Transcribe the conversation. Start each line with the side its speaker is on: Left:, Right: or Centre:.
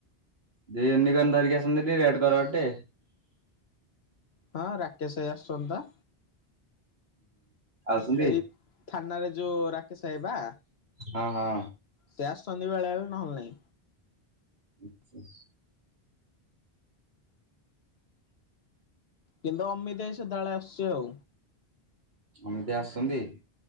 Right: ଯିଏ ୟୁନିକର୍ଣ୍ଣ ଧରିକି ଆସନ୍ତିି ନି, ରେଡ଼ କଲର ଟେ?
Left: ହଁ, ରାକେଶ ଭାଇ ଆସୁଛନ୍ତିତ।
Right: ଆସୁଛନ୍ତି।
Left: ଏଇ ଥାନାରେ ଯୋଉ ରାକେଶ ଭାଇ ପା?
Right: ହଁ ହଁ
Left: ସେ ଆସୁଚନ୍ତି ବେଳେବେଳେ, ନହେଲେ ନାଇଁ।
Right: ଆଛା।
Left: କିନ୍ତୁ ଅମିତି ଭାଇ ସେଦାବେଳେ ଆସୁଛି ଆଉ।
Right: ଅମିତି ଆସନ୍ତି?